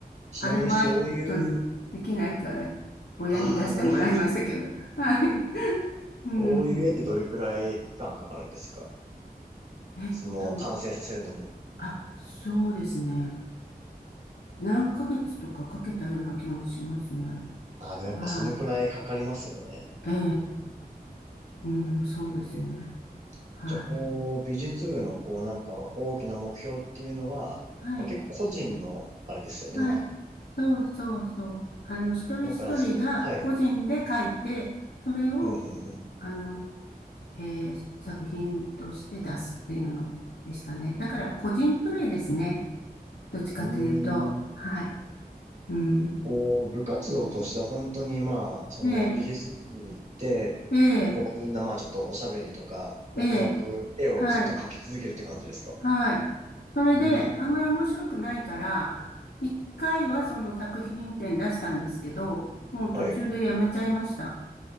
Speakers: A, on the right; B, on the left.
A: ちなみにそういう、
B: アルバイトできないから、親に出してもらいましたけど。
A: ああ、なるほど。
B: はい。うん。
A: そういう絵ってどれくらい期間かかるんですか
B: えっと、
A: その完成させるのに。
B: あ、そうですね。何ヶ月とかかけたような気がしますね。
A: ああ、でもやっぱそのくらいかかりますよね。
B: はい。ええ。うん、そうですね。
A: えー
B: はい。
A: じゃあ、こう、美術部の、こう、なんか、大きな目標っていうのは、
B: はい。
A: まあ、結構個人の、あれですよね。
B: はい。
A: まあ、
B: そうそうそう。あの、一人一人が個人で書いて、
A: だから、その、はい。
B: それを、
A: うん、うん、
B: あの、えー作品として出すっていうのでしたね。だから個人プレイですね。どっちかというと。
A: うん。うーん、
B: はい。うん。
A: こう、部活動としては本当に、まあ、その、
B: ええ、
A: 美術室に行って、
B: ええ、
A: こう、みんな、まあ、ちょっとおしゃべりとか、黙々、
B: ええ、
A: 絵をずっと描き続けるって感じですか
B: はい。はい。それで、
A: うーん。
B: あんまり面白くないから、一回はその作品展出したんですけど、もう途中でやめちゃいました。
A: はい。